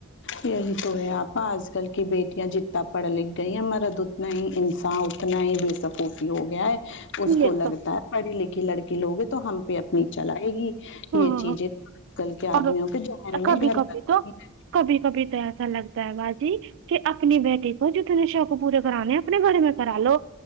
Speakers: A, on the left (about 60°); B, on the right (about 60°).
A: یہی تو ہے آپا آج کل کی بیٹیاں جتنا پڑھ لکھ گئی ہیں مرد اتنا ہی انسان اتنا ہی بے سکوفی ہو گیا ہے اس
B: یہ
A: کو لگتا
B: تو
A: ہے پڑھی لکھی لڑکی لوگے تو ہم پہ اپنی چلائے گی
B: ہاں
A: یہ چیزیں آج کل کے
B: اور
A: آدمیوں کے جہن میں
B: کبھی
A: گھر
B: کبھی
A: کرتی
B: تو
A: ہیں
B: کبھی کبھی تو ایسا لگتا ہے باجی کہ اپنی بیٹی کو جتنے شوق پورے کرانے اپنے گھر میں کرا لو